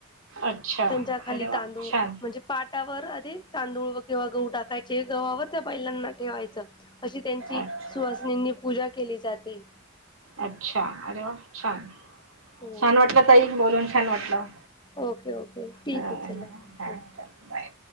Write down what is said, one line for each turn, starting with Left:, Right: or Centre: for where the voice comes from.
Right: अच्छा
Left: त्यांच्या खाली
Right: अरे वा
Left: तांदूळ,
Right: छान
Left: म्हणजे पाटावर आधी तांदूळ किंवा गहू टाकायचे गव्हावर त्या बैलांना ठेवायचं. अशी त्यांची
Right: अच्छा
Left: सुहासनींनी पूजा केली जाते.
Right: अच्छा अरे वा छान,
Left: हो
Right: छान वाटलं ताई बोलून छान वाटलं.
Left: ओके ओके ठीक
Right: हा
Left: आहे चला.
Right: हा
Left: हो
Right: चालेल बाय